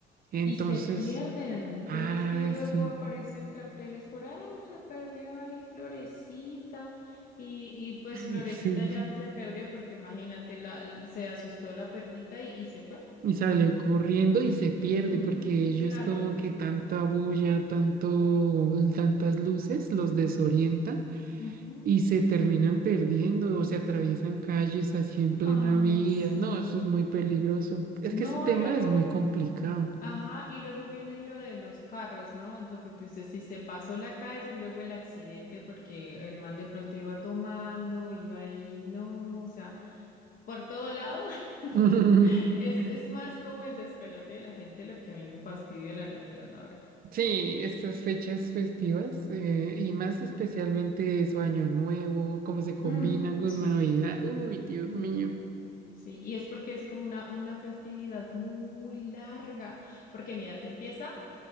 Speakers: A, on the right (about 50°); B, on the left (about 50°).
A: Entonces,
B: Y se pierden. Tú
A: ah,
B: ves que luego
A: sí.
B: aparecen carteles por ahí, se perdió ahí Florecita. Y, y pues
A: <laughs>
B: Florecita
A: Sí.
B: ya se perdió porque imagínate, la, se asustó la perrita y, y se fue.
A: Y salió corriendo y se pierde
B: Ujú,
A: porque ellos
B: claro.
A: como que tanta bulla, tanto, tantas luces los desorienta
B: Ujú.
A: y se terminan perdiendo o se atraviesan calles así en plena
B: Ay,
A: vía.
B: sí.
A: No, eso es muy peligroso. Es
B: No,
A: que ese tema
B: y luego.
A: es muy complicado.
B: Ajá, y luego viene lo de los carros, ¿no? Lo que tú dices, si se pasó la calle, luego el accidente, porque el man de pronto iba tomando, iba ahí, no, o sea, por todo lado. <laughs>
A: <laughs>
B: Es, es más como el despelote de la gente lo que a mí me fastidia la Navidad, la verdad.
A: Sí, estas fechas festivas eh, y más especialmente su Año Nuevo, cómo se combina
B: Mm,
A: con
B: sí,
A: Navidad. Uy, Dios
B: sí,
A: mío.
B: sí. Y es porque es como una, una festividad muy larga, porque mira, te empieza